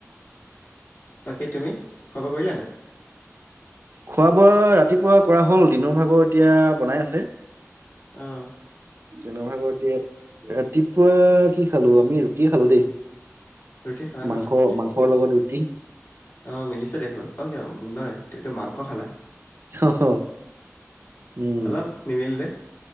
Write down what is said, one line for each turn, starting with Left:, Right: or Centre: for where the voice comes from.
Left: বাকী তুমি খোৱা বা কৰিলা নে
Right: খোৱা বোৱা ৰাতিপুৱা কৰা হ'ল দিনৰ ভাগৰ এতিয়া বনাই আছে
Left: আহ
Right: তে ভাগতে তিপুৱা কি খালো আমি ৰুটিয়ে খালো দেই
Left: ৰুটি খালা
Right: মাংস
Left: নহয়
Right: মাংসৰ লগত ৰুটি।
Left: অ মিলিছে দেখোন অ কিয় নহয় তুমিতো মাংস খালা
Right: অহ উম
Left: অলপ নিমিল দে